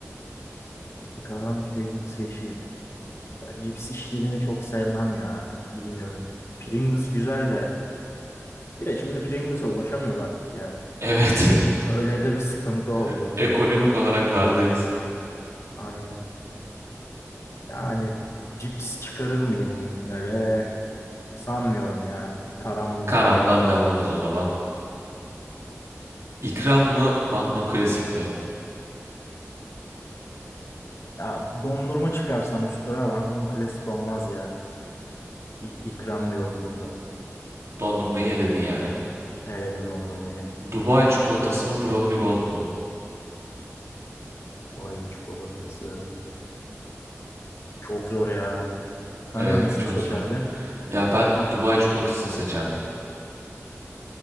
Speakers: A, on the left; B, on the right.
A: İti karam Pringles yeşil. Cips işlerini çok sevmem ya. Bilmiyorum. Pringles güzel de. Bir de şimdi Pringles'a ulaşamıyoruz artık ya.
B: Evet.
A: Bu- Öyle de bir sıkıntı oldu.
B: <laughs> Ekonomik olarak dardayız.
A: Aynen. Yani cips çıkarır mıyım finale? Sanmıyorum ya. Karam
B: Karamdan
A: devam.
B: devamız o zaman. İkram mı? Magnum Klasik mi?
A: Ya dondurma çıkarsam üstüne tura klasik olmaz ya. İk ikram diyorum burada.
B: Dondurmayı eledin yani.
A: Eledim dondurmayı.
B: Dubai çikolatası mı? Brownie Gold mu?
A: Ay çikolatası. Çok zor ya. Sen
B: Evet
A: hangisini
B: bu çok
A: seçerdin?
B: zor. Ya ben Dubai çikolatasını seçerdim.